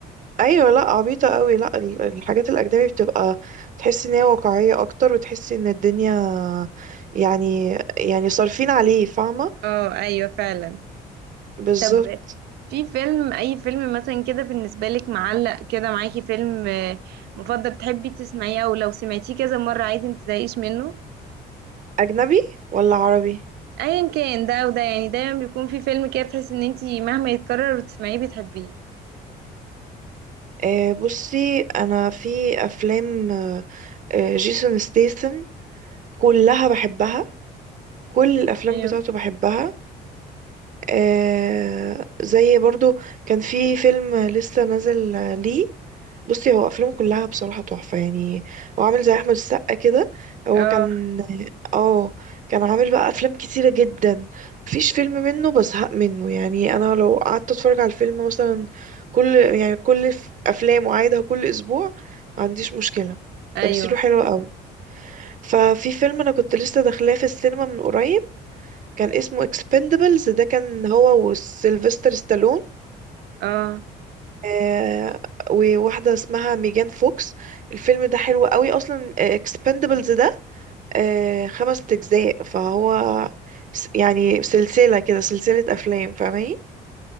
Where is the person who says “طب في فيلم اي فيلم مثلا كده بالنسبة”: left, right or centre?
Right